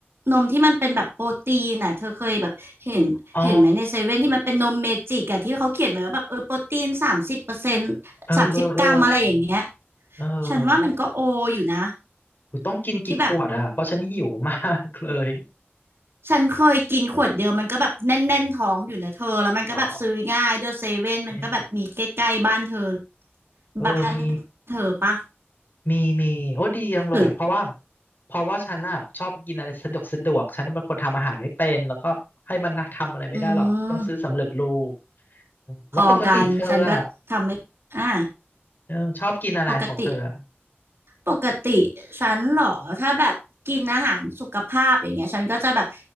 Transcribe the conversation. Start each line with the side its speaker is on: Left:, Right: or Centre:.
Right: นมที่มันเป็นแบบโปรตีนอ่ะเธอเคยแบบเห็นเห็นไหมในเซเว่นที่มันเป็นนมเมจิกอ่ะที่เขาเขียนไว้ว่าแบบเออโปรตีนสามสิบเปอร์เซ็นต์
Left: อ๋อเออเออเออ
Right: สามสิบกรัมอะไรอย่างเงี้ย
Left: เออ
Right: ฉันว่ามันก็โออยู่นะ
Left: อุ๊ยต้องกินกี่ขวดอ่ะเพราะฉันหิวมากเลย
Right: ที่แบบ ฉันเคยกินขวดเดียวมันก็แบบแน่นๆท้องอยู่นะเธอแล้วมันก็แบบซื้อง่ายเดอะเซเว่นมันก็แบบมีใกล้ๆบ้านเธอ
Left: เหรอเนี่ยเออมี
Right: บ้านเธอปะ
Left: มีมีโอ้ดีจังเลยอ่ะเพราะว่า
Right: หรือ
Left: เพราะว่าฉันอ่ะชอบกินอะไรสะดวกสะดวกฉันเป็นคนทำอาหารไม่เป็นแล้วก็ให้มันทำอะไรไม่ได้หรอกต้องซื้อสำเร็จรูป
Right: อืม
Left: แล้วปกติเธออ่ะ
Right: พอกันฉันก็ทำไม่อ่า
Left: เออชอบกินอะไรของเธออะ
Right: ปกติ ปกติฉันเหรอถ้าแบบกินอาหารสุขภาพอย่างเงี้ยฉันก็จะแบบ